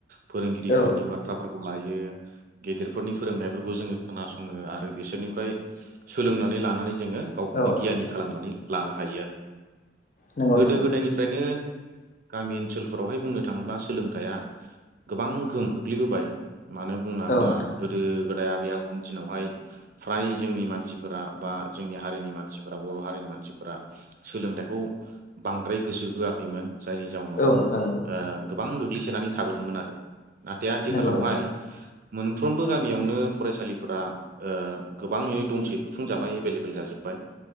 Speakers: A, on the right; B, on the left.
A: फोरोंगिरिफोरनि
B: औ
A: बाथ्रा फोरखौ लायो गेदेरफोरनि फोरोंनायफोरखौ जोङो खोना सङो आरो बिसोरनिफ्राय सोलोंनानै ला जोङो गावखौनो
B: औ नोंथां
A: गियानि खालामनानै लानो हायो आरो
B: नंगौ
A: गोदो
B: नोंथां
A: गोदायनिफ्रायनो गामि ओनसोलफोरावहाय बुंनो थाङोब्ला सोलोंथाइआ गोबां गोहोम खोख्लैबोबाय। मानो बुङोब्ला
B: नंगौ
A: गोदो गोदाय आबै आबौनि दिनावहाय फ्राय जोंनि मानसिफोरा बा जोंनि हारिनि मानसिफोरा बर' हारिनि मानसिफोरा सोलोंथाइखौ बांद्राय गोसो होआखैमोन। जायनि जाउनाव
B: औ नोंथां औ नोंथां
A: गोबां गोग्लैसोनानै थाबोदोंमोन आरो नाथाय आथिखालावहाय
B: नंगौ
A: मोनफ्रोमबो गामियावनो फरायसालिफोरा गोबाङैनो दंसैल' सुफुंजाबाय एभेलेबेल जाजोब्बाय